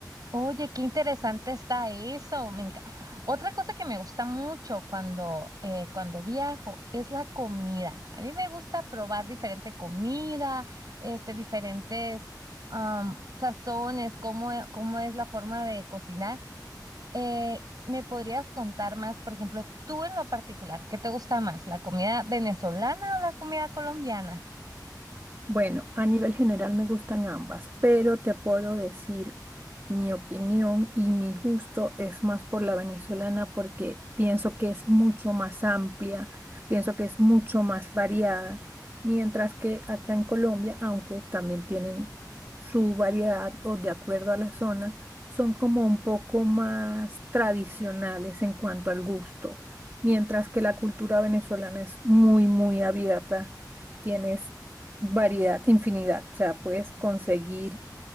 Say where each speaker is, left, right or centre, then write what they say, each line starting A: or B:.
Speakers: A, on the right (about 60°); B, on the right (about 30°).
A: Oye, qué interesante está eso. Me enca- Otra cosa que me gusta mucho cuando, eh, cuando viajo es la comida. A mí me gusta probar diferente comida, este, diferentes am, sazones, cómo, e- cómo es la forma de cocinar. Eh, ¿me podrías contar más, por ejemplo, tú en lo particular, qué te gusta más, la comida venezolana o la comida colombiana?
B: Bueno, a nivel general me gustan ambas, pero te puedo decir mi opinión y mi gusto es más por la venezolana porque pienso que es mucho más amplia, pienso que es mucho más variada, mientras que acá en Colombia, aunque también tienen su variedad o de acuerdo a la zona, son como un poco más tradicionales en cuanto al gusto, mientras que la cultura venezolana es muy, muy abierta. Tienes variedad, infinidad. O sea, puedes conseguir